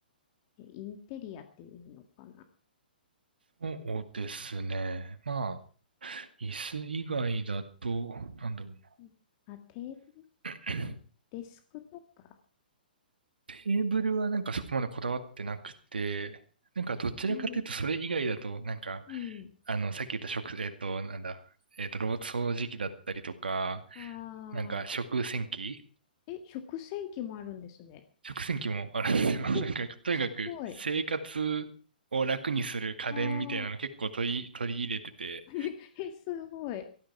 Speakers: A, on the left (about 35°); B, on the right (about 70°).
A: えインテリアっていうのかな。
B: そうですね。まあ、椅子以外だと、なんだろうな。
A: うんあ、テーブル、
B: <clears throat>
A: デスクとか。
B: テーブルはなんかそこまでこだわってなくて、なんかどちらかというとそれ以外だと、
A: うん、
B: なんか、
A: うん。
B: あの、さっき言った食、えっと、なんだ、えっと、ロボット掃除機だったりとか、
A: ああ、
B: なんか食洗機
A: え、食洗機もあるんですね。
B: 食洗機もあるんですよ。<laughs>
A: え、
B: なんか、とにかく生活を楽にする家電みたいなの結構取り、
A: すごい。ああ、
B: 取り入れてて、
A: <laughs> え、すごい。